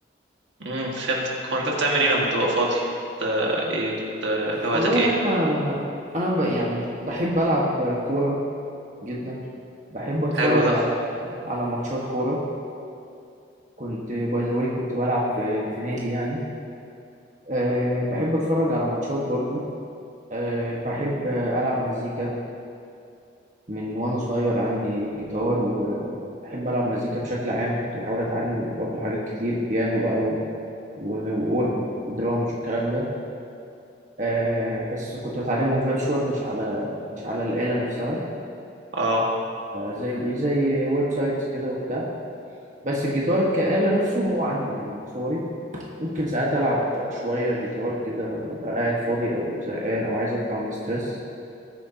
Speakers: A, on the right (about 75°); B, on the right (about 40°).
A: امم فهمتك هو انت بتعمل ايه
B: مم.
A: لما بتبقى فاضي بت... ايه بت... هواياتك
B: والله
A: ايه
B: انا انا ب... يعني بحب العب كورة جدا بحب اتفرج
A: حلو ده
B: على على ماتشات كورة كنت باي ذا واي كنت بلعب في في نادي يعني أه بحب اتفرج على ماتشات برضو أه بحب العب مزيكا من وانا صغير عندي جيتار وبحب العب مزيكا بشكل عام كنت بحاول اتعلم برضو حاجات كتير بيانو بقى و- و- واورجو ودرامز والكلام ده أه بس كنت بتعلمه فيرتشوال مش على مش على الآلة نفسها
A: اه
B: أه زي زي ويب سايتس كده وبتاع بس الجيتار كآلة نفسه هو عندي من صغري ممكن ساعات ألعب شوية جيتار كده لما أبقى قاعد فاضي أو زهقان أو عايز أطلع من ستريس